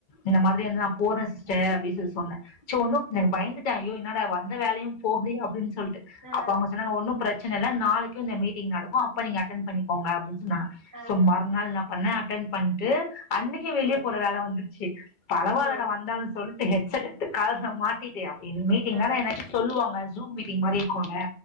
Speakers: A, on the left; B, on the right.
A: இந்த மாதிரி வந்து நா போறே சிஸ்டர் அப்டி சொல்லி சொன்னே சோ ஒன்னுப் நா
B: ம்
A: பயந்துட்டே ஐயோ என்ன நா வந்த வேலையு போகுதே அப்டின் ச் சொல்ட்டு
B: ஆ
A: அப்ப அவங்க சொன்னாங்க ஒன்னு பிர இல்லன்னா நாளைக்கு இந்த மீட்டிங் நடக்கு அப்ப நீங்க அட்டென் பண்ணிக்கோங்க அப்டின் நா
B: ஆ
A: சோ மறுநாள் என்ன பண்ணே அட்டென் பண்ட்டு அன்னைக்கு வெளியே
B: ம்
A: போற வேல வந்துருச்சு பரவாயில்ல
B: ம்
A: டா வந்தாலு சொல் டு ஹெட் செட் கால்ஸ்ஸ மாட்டிட்டு அப்டின்னு மீட்டிங்
B: ஆ
A: தானே எதாச்சு சொல்லுவாங்க ச் ஜூம் மீட்டிங் மாரி இருக்குல